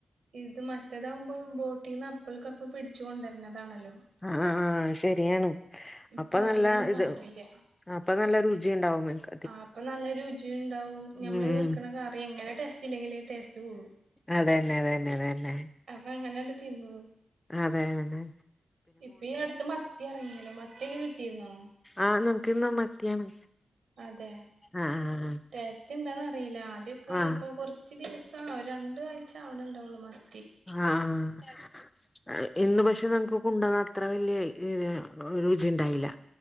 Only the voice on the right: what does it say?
ഇത് മറ്റേതാവുമ്പോ ബോട്ടീന്ന് അപ്പൾക്കപ്പ പിടിച്ചു കൊണ്ടരുന്നതാണല്ലോ
ഇപ്പൊ
അതിനൊന്നും
പാകില്ല
ആ അപ്പ നല്ല രുചി ഉണ്ടാവും ഞമ്മള്
വെക്കണകറി എങ്ങനെ ടേസ്റ്റ് ഇല്ലങ്കിലും ടേസ്റ്റ് കൂടും
അപ്പൊ അങ്ങനെണ്ട് തിന്നു പോയി
ഇപ്പ ഈ അടുത്ത് മത്തി എറങ്ങിയല്ലോ മത്തിയൊക്കെ കിട്ടിയിരുന്നോ
അതെ
ടേസ്റ്റ് ഇണ്ടെന്ന് അറിയില്ല ആദ്യക്കെ
ഇപ്പൊ കുറച്ച് ഇച്ചി ദിവസ രണ്ട് ആഴ്ച ആവണണ്ടാവുള്ളൂ <unintelligible>